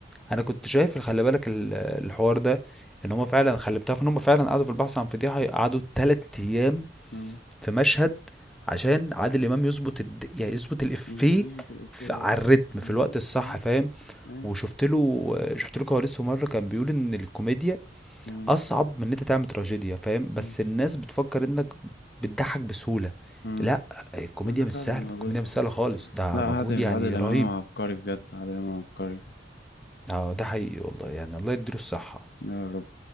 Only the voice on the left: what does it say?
مم.
مش بيظبط الإفيه
ده
مم.
مم.
أي
مم.
مم.
مم.
لا ده
فعلا
موجود
لا عادل
عادل إمام
عبقري بجد عادل إمام عبقري
يا رب